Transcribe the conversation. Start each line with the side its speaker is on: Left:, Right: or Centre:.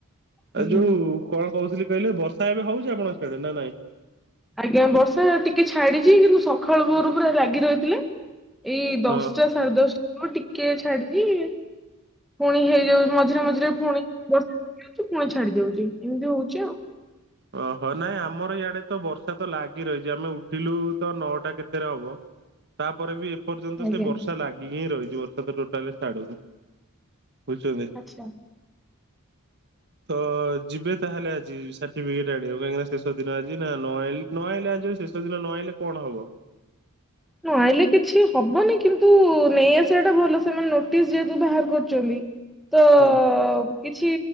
Centre: ଆଜ୍ଞା।
Right: ଆ ଯୋଉ କଣ କହୁଥିଲି କହିଲେ ବର୍ଷା ଏବେ ହଉଛି ଆପଣଙ୍କ ସିଆଡ଼େ ନା ନାଇଁ?
Centre: ଆଜ୍ଞା ବର୍ଷା ଟିକେ ଛାଡିଛି କିନ୍ତୁ ସକାଳ ପୋରୁ ପୁରା ଲାଗି ରହିଥିଲେ। ଏଇ ଦଶଟା
Right: ହଁ।
Centre: ସାଢେ ଦଶଟାକୁ ଟିକେ ଛାଡିଛିି। ପୁଣି ହେଇଯାଉ ମଝିରେ ମଝିରେ ପୁଣି ବର୍ଷି ଦଉଛି ପୁଣି ଛାଡି ଜାଉଛି ଏମିତି ହଉଛି ଆଉ।
Right: ଓହୋ ନାଇଁ ଆମର ଇଆଡେ ତ ବର୍ଷା ତ ଲାଗି ରହିଛି ଆମେ ଉଠିଲୁ ତ ନଅଟା କେତେରେ ହବ। ତାପରେ ବି ଏପର୍ଯ୍ୟନ୍ତ
Centre: ଆଜ୍ଞା
Right: ସେ ବର୍ଷା ଲାଗିକି ହିଁ ରହିଛି ବର୍ଷା ତ ଟୋଟାଲି ଛାଡୁନି। ବୁଝୁଛନ୍ତି
Centre: ଆଚ୍ଛା।
Right: ତ ଯିବେ ତାହେଲେ ଆଜି ସା ଟିଫିକେଟ ଆଣି ବାକୁ କାହିଁକି ନା ଶେଷ ଦିନ ଆଜି ନା ନ ନଆଁଇଲେ ନ ଆଁଇଲେ ଆଜି ଶେଷ ଦିନ ନ ଆଁଇଲେ କଣ ହବ?
Centre: ନ ଆଇଲେ କିଛି ହବନି କିନ୍ତୁ ନେଇ ଆସିବା ଟା ଭଲ ସେମାନେ ନୋଟିସ ଯେହେତୁ ବାହାର କରିଛନ୍ତି। ତ
Right: ହଁ।
Centre: ତ କିଛି